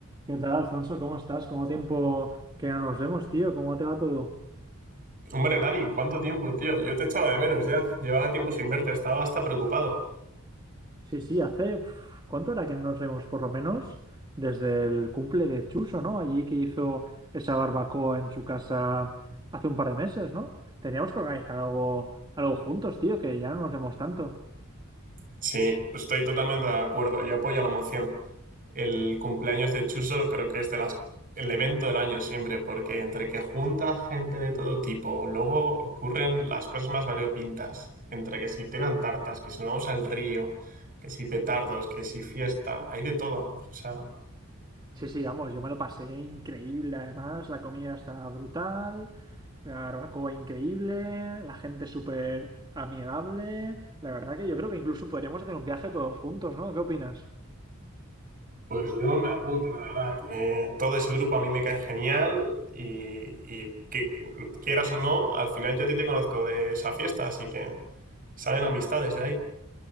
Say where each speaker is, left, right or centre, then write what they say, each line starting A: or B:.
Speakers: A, on the right; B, on the right.
A: ¿Qué tal, Alfonso? ¿Cómo estás? ¿Cómo tiempo que no nos vemos, tío? ¿Cómo te va todo?
B: Hombre, Dani, ¿cuánto tiempo, tío? Yo te echaba de menos ya. Llevaba tiempo sin verte, estaba hasta preocupado.
A: Sí, sí, hace... uf, ¿Cuánto era que no nos vemos? Por lo menos desde el cumple de Chuso, ¿no? Allí que hizo esa barbacoa en su casa hace un par de meses, ¿no? Teníamos que organizar algo, algo juntos, tío, que ya no nos vemos tanto.
B: Sí, estoy totalmente de acuerdo. Yo apoyo la moción. El cumpleaños de Chuso creo que es de las, el evento del año siempre, porque entre que junta gente de todo tipo, luego ocurren las cosas más variopintas. Entre que si tiran tartas, que si nos vamos al río, que si petardos, que si fiesta, hay de todo. O sea,
A: Sí, sí, vamos, yo me lo pasé increíble además, la comida está brutal, la barbacoa increíble, la gente súper amigable, la verdad que yo creo que incluso podríamos hacer un viaje todos juntos, ¿no? ¿Qué opinas?
B: Pues yo me apunto, la verdad. Eh, todo ese grupo a mí me cae genial y, y que lo quieras o no, al final yo a ti te conozco de esa fiesta, así que salen amistades de ahí.